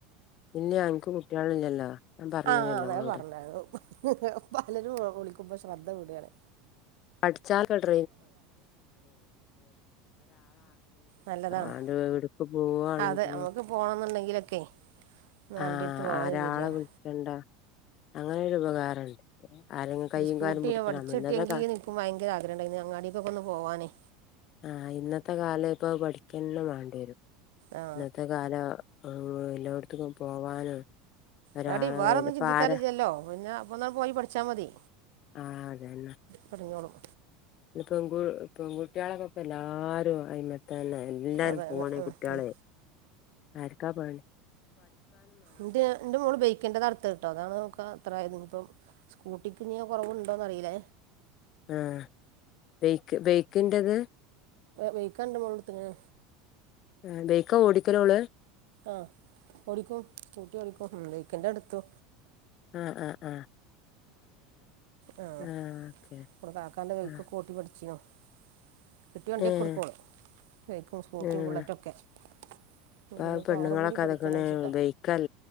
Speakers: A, on the left; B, on the right.
A: ഇനി നക്ക് കുട്ടികളില്ലല്ലോ ഞാൻ പറഞ്ഞിനല്ലോ
B: ആ അന്ന്
A: ഇങ്ങളോട്
B: പറഞ്ഞരുന്നു പലരു വിളിക്കുമ്പോ ശ്രദ്ധ കൂടിയാണ്
A: <unintelligible> ണ്ടല്ലോ
B: നല്ലതാണ്
A: ആണ്ട് എവിടെക്ക് പോവാണെങ്കിലും
B: അതെ നമുക്ക് പോകണമെന്നുണ്ടെങ്കിലൊക്കെ ഒന്ന്
A: ആ
B: വണ്ടി എടുത്ത് പോകുന്നത്
A: ആരാളെ
B: ശരിയാണ്
A: വിളിക്കേണ്ട അങ്ങനെൊരു ഉപകാരണ്ട് ആരെങ്കിലും കയ്യും
B: ഒരു സ്കൂട്ടി
A: കാലും പിടിക്കണം
B: പഠിച്ചിട്ടിയെങ്കി
A: ഇന്നത്തെ കാ
B: നിക്കും ഭയങ്കര ആഗ്രഹണ്ടായിരുന്നു അങ്ങാടിക്ക്ക്ക് ഒന്ന് പോവാനേ
A: ആ ഇന്നത്തെ കാല ഇപ്പ പഠിക്കാന്നെ വേണ്ടിവരും
B: ആ
A: ഇന്നത്തെ കാല എല്ലായിടത്തുക്കും പോവാനും ഒരാള്
B: പടി വേറെന്നും
A: ഇപ്പ
B: ചിന്തിക്കാൻ
A: ആരാ
B: ഇല്ലല്ലോ പിന്നെ അപ്പോൾ എന്നാൽ പോയി പഠിച്ചാൽ മതി
A: ആഹ് അതന്നെ
B: പഠിഞ്ഞോളും
A: പെൺകു പെൺകുട്ടികളക്കൊപ്പം എല്ലാരും അയിമത്ത് തന്നെ എല്ലാരും
B: അതെ
A: പോണേ
B: അതെ ഉം
A: കുട്ടികളെ
B: ഉം
A: ആർക്കാ പോണേ
B: ന്റെ എന്റെ മോള് ബൈക്കിന്റെ ത അടുത്ത് കിട്ടും അതാണ് ന അത്രയത് ഇനിപ്പ സ്കൂട്ടിക്കിനിയ കുറവ് ഉണ്ടോന്ന് അറിയില്ല
A: ആ ബൈക്ക് ബൈക്കിന്റെത്
B: ബൈക്കാന്റെ മോൾ എടുക്കണത്
A: ആ ബൈക്ക് ഓടിക്കൽ ഓള്
B: ആ ഓടിക്കും സ്കൂട്ടി ഓടിക്കും ബൈക്കിന്റെ എടുത്തു
A: ആ ആ ആ
B: ആ
A: ആഹ് ഓക്കെ
B: നമ്മുടെ കാക്കാന്റെ ബൈക്ക്
A: ആഹ്
B: ഓടിച്ചു പഠിച്ചു <unintelligible>
A: ഏഹ് ഏഹ് ഇപ്പ
B: ഓക്ക്
A: പെണ്ണുങ്ങളൊക്കെ
B: കാറും കൂടി
A: അതൊക്കണേ
B: പഠിക്കണം വെച്ചിട്ടാ
A: ഉപയോഗിക്കൽ